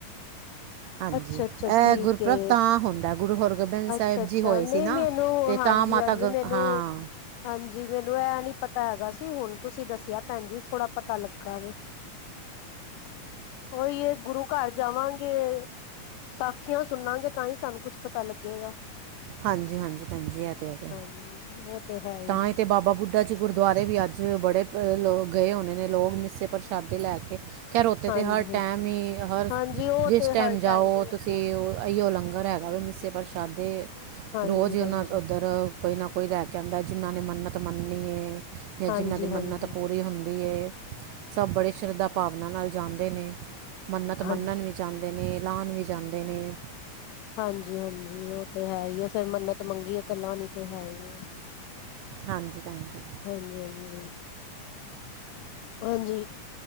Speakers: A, on the right; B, on the left.
A: ਹਾਂਜੀ
B: ਅੱਛਾ ਅੱਛਾ
A: ਐ
B: ਠੀਕ
A: ਗੁਰਪੁਰਬ
B: ਏ
A: ਤਾਂ ਹੁੰਦਾ ਗੁਰੂ ਹਰ ਗੋਬਿੰਦ ਸਾਹਿਬ
B: ਅੱਛਾ ਅੱਛਾ
A: ਜੀ ਹੋਏ
B: ਨਹੀਂ
A: ਸੀ ਨਾ,
B: ਮੈਨੂੰ
A: ਤੇ
B: ਹਾਂਜੀ
A: ਤਾਂ ਮਾਤਾ
B: ਹਾਂਜੀ
A: ਗੰ
B: ਮੈਨੂੰ
A: ਹਾਂ
B: ਹਾਂਜੀ ਮੈਨੂੰ ਇਹ ਨੀ ਪਤਾ ਹੈਗਾ ਸੀ, ਹੁਣ ਤੁਸੀਂ ਦੱਸਿਆ ਭੈਣ ਜੀ ਥੋੜਾ ਪਤਾ ਲੱਗਾ ਵੇ। ਉਹੀ ਹੈ, ਗੁਰੂ ਘਰ ਜਾਵਾਂਗੇ ਸਾਖੀਆਂ ਸੁਣਾਂਗੇ, ਤਾਂ ਹੀ ਸਾਨੂੰ ਕੁੱਛ ਪਤਾ ਲੱਗੇਗਾ।
A: ਹਾਂਜੀ ਹਾਂਜੀ ਭੈਣਜੀ, ਇਹ ਤੇ ਹੈਗੇ।
B: ਉਹ ਤੇ ਹੈ ਹੀ
A: ਤਾਂ ਇਹ ਤੇ ਬਾਬਾ ਬੁੱਢ ਦਾ ਜੇ ਗੁਰਦੁਆਰੇ ਵੀ ਅੱਜ ਬੜੇ ਗਏ ਹੋਣੇ ਨੇ, ਲੋਕ ਮਿੱਸੇ ਪ੍ਰਸ਼ਾਦੇ ਲੈ ਕੇ, ਖਰੋਤੇ
B: ਹਾਂਜੀ
A: 'ਤੇ ਹਰ ਟਾਈਮ ਹੀ ਹਰ,
B: ਹਾਂਜੀ ਉਹ
A: ਜਿਸ
B: ਤੇ ਹਰ
A: ਟਾਈਮ ਜਾਓ
B: ਹੀ ਹੁੰਦਾ
A: ਤੁਸੀਂ
B: ਉੱਥੇ
A: ਉਹ ਇਹੀਓ ਲੰਗਰ ਹੈਗਾ ਵੇ ਮਿਸੇ ਪਰਸ਼ਾਦੇ,
B: ਹਾਂਜੀ
A: ਰੋਜ਼ ਉਹਨਾ
B: ਹਾਂਜੀ
A: ਉੱਧਰ, ਕੋਈ ਨਾ ਕੋਈ ਲੈ ਕੇ ਆਉਂਦਾ, ਜਿਨ੍ਹਾਂ ਨੇ ਮੰਨਤ ਮੰਨਨੀ ਹੈ ਜਾਂ
B: ਹਾਂਜੀ
A: ਜਿਨ੍ਹਾਂ ਦੀ ਮੰਨਤ
B: ਹਾਂਜੀ
A: ਪੂਰੀ ਹੁੰਦੀ ਹੈ ਸਭ ਬੜੇ ਸ਼ਰਧਾ ਭਾਵਨਾ ਨਾਲ ਜਾਂਦੇ ਨੇ, ਮੰਨਤ ਮੰਨਣ
B: ਹਾਂਜੀ
A: ਵਿੱਚ ਜਾਂਦੇ ਨੇ, ਲਾਨ ਵੀ ਜਾਂਦੇ ਨੇ,
B: ਹਾਂਜੀ- ਹਾਂਜੀ ਉਹ ਤੇ ਹੈ ਹੀ, ਫੇਰ ਮੰਨਤ ਮੰਗੀਏ ਤਲਾਂ ਨੀ ਤੇ ਹੈ ਹੀ,
A: ਹਾਂਜੀ, ਭੈਣ ਜੀ
B: ਹਾਂਜੀ- ਹਾਂਜੀ ਹ ਹਾਂਜੀ,